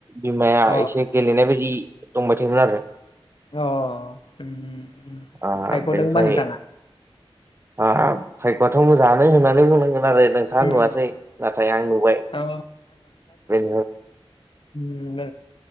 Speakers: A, on the right (about 25°); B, on the left (about 60°).
A: बिमाया
B: अ
A: एसे गेलेनाय बायदि दंबाय थायोमोन आरो।
B: अ उम उम।
A: आ
B: फायग'दों
A: बेनिफाय
B: होनबा नोंथाङा
A: आ फायबाथ मोजाङानो होननानै बुंनांगोन आरो नों थाङा
B: उम
A: नुवासै नाथाय आं नुबाय।
B: अ
A: ओ
B: ओम